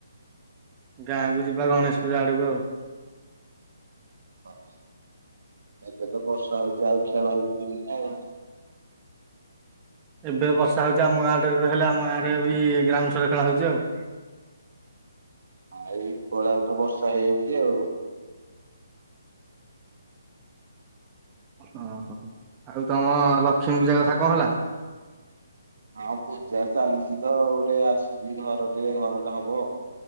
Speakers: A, on the right; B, on the right.
A: ଗାଁକୁ ଯିବା ଗଣେଶ ପୂଜା ଆଡକୁ ଆଉ
B: ହଁ ଏବେ ତ ବର୍ଷା ହଉଛି ଆଉ ଖେଳ ହେଇପାରିବନି ଆଉ।
A: ଏବେ ବର୍ଷା ହେଉଛି ଆମ ଗାଁଟରେ ତ ହେଲେ ଆମ ଗାଁରେ ବି ଗ୍ରାଉଣ୍ଡ୍ ସରେ ଖେଳ ହେଉଛି ଆଉ।
B: ହଁ ଏଇ ଉପର ବେଳା କୁ ତ ବର୍ଷା ହେଇଯାଉଛି ଆଉ।
A: ଓହୋ ଆଉ ତମ ଲକ୍ଷ୍ମୀ ପୂଜା କଥା କଣ ହେଲା?
B: ହଁ ପୂଜା ଚାଲିଛି ତ ଗୋଟେ ଆସିଛି ଘର ଟିକେ ଘରଟେ ହବ।